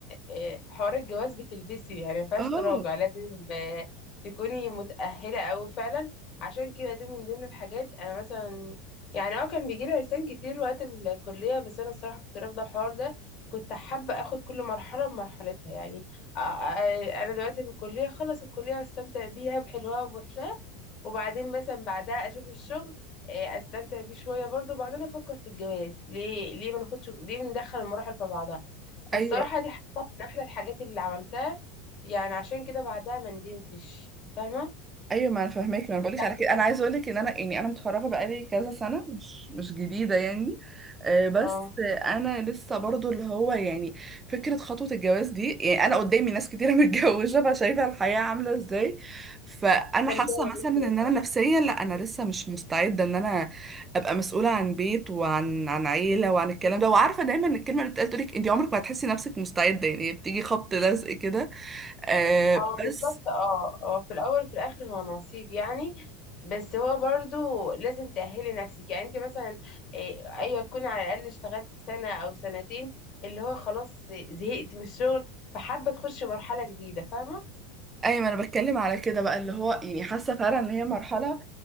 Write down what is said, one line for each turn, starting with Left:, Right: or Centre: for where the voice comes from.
Left: آه، حوار الجواز بتلبسي يعني ما فيهاش
Right: اه
Left: تراجع لازم آه، تكوني متأهلة أوي فعلا عشان كده دي من ضمن الحاجات انا مثلا يعني اه كان بيجي لي عرسان كتير وقت الكلية بس انا الصراحة كنت رافضة الحوار ده كنت حابة اخد كل مرحلة بمرحلتها يعني آه، آه، انا دلوقتي في الكلية خلص الكلية واستمتع بيها بحلوها وبوحشها وبعدين مثلا بعدها اشوف الشغل آه، استمتع بيه شويه برضو وبعدين افكر في الجواز ليه ليه ما ناخدش ليه ندخل المراحل في بعضها فالصراحة
Right: ايوه
Left: دي حاجة من أحلى الحاجات اللي عملتها يعني عشان كده بعدها ما ندمتش فاهمة؟
Right: ايوه ما انا فاهماك ما انا
Left: استمتعت
Right: بقولك على كده
Left: بكل
Right: انا عايزه اقولك
Left: حاجة
Right: ان انا يعني انا متخرجه بقالي كذا سنه مش مش جديده يعني آه، بس
Left: اه
Right: انا لسه برضو اللي هو يعني فكره خطوه الجواز دي يعني انا قدامي ناس كتيره <laughs> متجوزه بقى شايفه الحياه عامله ازاي فانا
Left: استمتعت
Right: حاسه
Left: يا
Right: مثلا
Left: بنتي
Right: ان
Left: والله.
Right: انا نفسيا لا انا لسه مش مستعده ان انا ابقى مسؤوله عن بيت وعن عن عيله وعن الكلام ده وعارفه دايما إن الكلمه اللي بتقال تقولك انت عمرك ما هتحسي نفسك مستعده يعني بتيجي خبط لزق كده آه،
Left: اه
Right: بس
Left: بالظبط اه اه في الأول وفي الآخر هو نصيب يعني بس هو برضو لازم تأهلي نفسك يعني انت مثلا إيه، أيوة تكوني على الأقل اشتغلت سنة أو سنتين اللي هو خلاص زهقت من الشغل فحابة تخش مرحلة جديدة فاهمة؟
Right: ايوه ما انا بتكلم على كده بقى اللي هو يعني حاسه فعلا ان هي مرحله